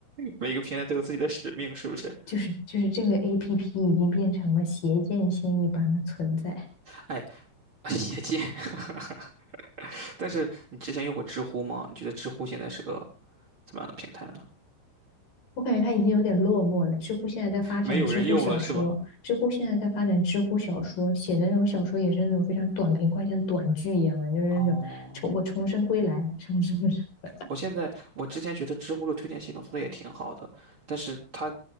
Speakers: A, on the right; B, on the left.
A: 每个平台都有自己的使命，是不是？
B: 就是就是这个 APP 已经变成了邪剑仙一般的存在。
A: 哎，<laughs> 邪见。<laughs> 但是你之前用过知乎吗？你觉得知乎现在是个怎么样的平台呢？
B: 我感觉他已经有点落寞了。知乎现在在发展知乎小说，
A: 没有人用了是吧？
B: 知乎现在在发展知乎小说，写的那种小说也是那种非常短平快，像短剧一样的，就是那种
A: 哦，
B: 我重生归来什么什么什么，
A: 我现在我之前觉得知乎的推荐系统做的也挺好的，但是它